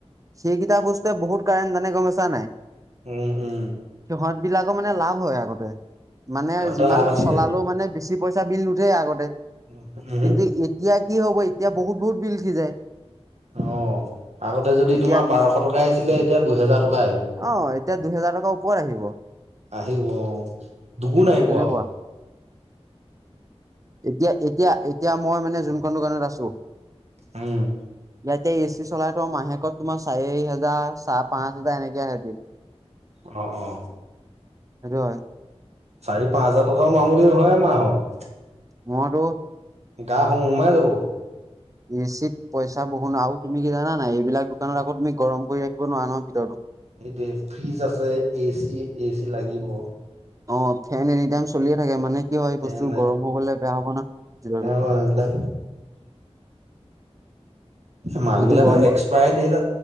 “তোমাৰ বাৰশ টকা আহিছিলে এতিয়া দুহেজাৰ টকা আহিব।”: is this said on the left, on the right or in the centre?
Right